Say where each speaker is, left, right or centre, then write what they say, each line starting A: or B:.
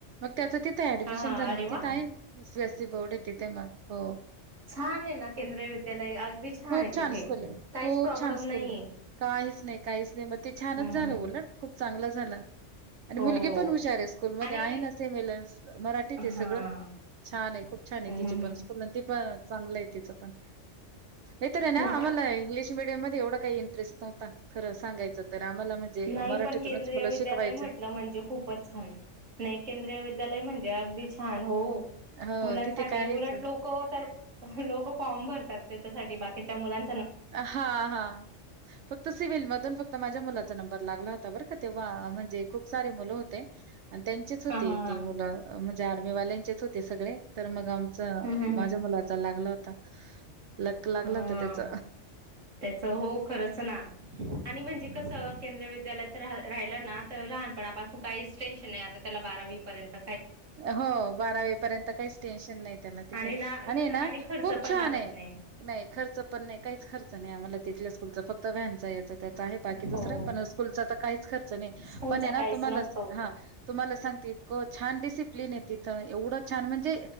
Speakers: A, on the right; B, on the right.
A: त्याचं तिथं ऍडमिशन
B: हा हा
A: झालं
B: अरे
A: मग
B: वा
A: तिथ आहे सी बीसी बोर्ड य तिथ मग हो
B: छान आहे ना केंद्रीय विद्यालय अगदी छान
A: खूप
B: आहे
A: चाान्स
B: तिथे
A: करले.
B: काहीच
A: खूप
B: प्रॉब्लेम
A: छान स्कूल
B: नाहीये
A: हे काहीच नाही काहीच नाही म ते छानच
B: हम्म
A: झालं उलट खूप चांगल. चांगला झाला आणि
B: हो
A: मुलगी पण हुशार आहे, स्कूलमध्येध
B: आणि
A: आहे ना सेमीला मराठीत आहे
B: हा
A: सगळं छान आहे, खूप छान आहे
B: हम्म
A: तिचे पण स्कूल, ती पण चांगलं आहे तिचं पण. नाहीतर आहे
B: हो
A: ना आमला इंग्लिश मिडियम मध्ये एवढं काही इंटरेस्ट नव्ह खरं सांगायचं तर आम्हाला म्हणजे
B: नाही
A: मराठीतूनच
B: पण केंद्रीय
A: मुलं
B: विद्यालय
A: शिकवायचं.
B: म्हटलं म्हणजे खूपच छान नाही केंद्रीय विद्यालय म्हणजे अगदी छान हो
A: हो,
B: मुलांसाठी
A: तिथे काहीच
B: उलट लोक तर लोक फॉर्म भरतात त्या साठी बाकीच्या मुलां
A: हा हा फक क्त सिव्हिल मधून फक्त माझ्या मुलाचा नंबर लागला होता बरं का तेव्हा, म्हणजे खूप सारे मुलं होते आणि त्यांचेच होते
B: हा हा हा
A: ते मुलं म्हणजे आर्मीवाल्यांचेच होत ते सगळे तर मग आमच,
B: हम्म हम्म
A: माझ्या
B: हम्म
A: मुलाचा लागला होता लक लागलं
B: हा
A: होत त्यांच
B: त्याच हो खरच ना, आणि म्हणजे कसं केंद्रीय विद्यालयात रा राहिलं ना तर लहानपणापासून काहीच टेन्शन नाही, आता त्याला बारावीपर्यंत.
A: हो बारावी पर्यंत काहीच टेन्शन नाही त्याला तिथे,
B: आणि ना
A: आणि ना
B: खर्च
A: खूप
B: पण
A: छान
B: लागत
A: हे.
B: नाही.
A: नाही खर्च पण नाही काहीच खर्च नाही आम्हाला तिथल्या स्कूलचा फक्त व्हॅनचा याच त्यांचा आहे, बाकी
B: हो
A: दुसर पण स्कूलचा तर काहीच खर्च नाही,
B: स्कूलचा
A: पण आहे
B: काहीच
A: ना तुम्हाला
B: नसतो.
A: हा तुम्हाला सांगते इतके छान डीसी किलीन तिथं एवढं छ म्हणजे